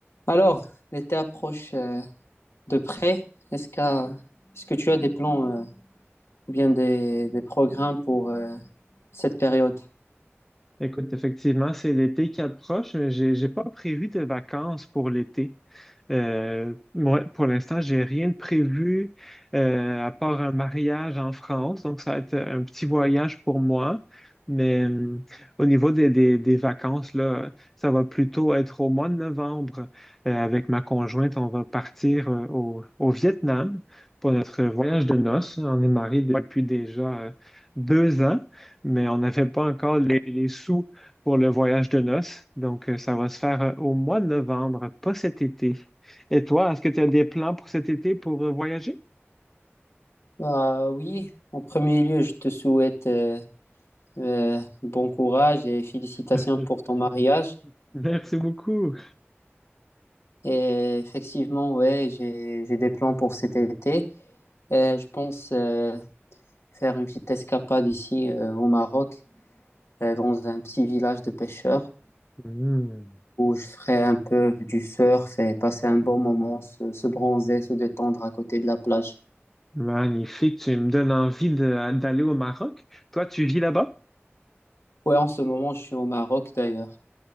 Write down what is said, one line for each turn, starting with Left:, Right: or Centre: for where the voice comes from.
Left: Alors, l'été approche euh, de près. Est-ce qu'à- est-ce que tu as des plans euh, ou bien des, des programmes pour euh, cette période?
Centre: Écoute, effectivement, c'est l'été qui approche, mais j'ai, j'ai pas prévu de vacances pour l'été. Euh, moi, pour l'instant, j'ai rien de prévu euh, à part un mariage en France, donc ça va être un petit voyage pour moi. Mais euh, au niveau des, des, des vacances, là, ça va plutôt être au mois de novembre. Euh, avec ma conjointe, on va partir euh, au, au Vietnam pour notre voyage de noces. On est mariés Ouais. depuis déjà euh, deux ans mais on n'avait pas encore les, les sous pour le voyage de noces. Donc, euh, ça va se faire euh, au mois de novembre, pas cet été. Et toi, est-ce que tu as des plans pour cet été pour euh, voyager?
Left: Bah oui, en premier lieu, je te souhaite euh, euh, bon courage et félicitations
Centre: <laughs>
Left: pour ton mariage.
Centre: Merci beaucoup.
Left: Et effectivement, ouais, j'ai j'ai des plans pour cet été. Euh, je pense euh, faire une petite escapade ici euh, au Maroc, euh, dans un petit village de pêcheurs.
Centre: Hmm.
Left: où je ferai un peu du surf et passer un bon moment, se, se bronzer, se détendre à côté de la plage.
Centre: Magnifique, tu me donnes envie de- d'aller au Maroc. Toi, tu vis là-bas?
Left: Ouais, en ce moment, je suis au Maroc d'ailleurs.